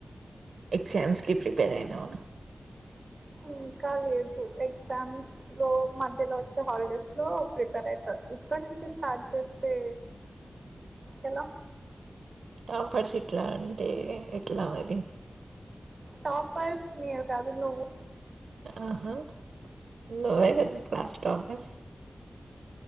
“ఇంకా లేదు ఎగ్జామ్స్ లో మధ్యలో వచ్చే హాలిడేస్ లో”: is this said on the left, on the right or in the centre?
Right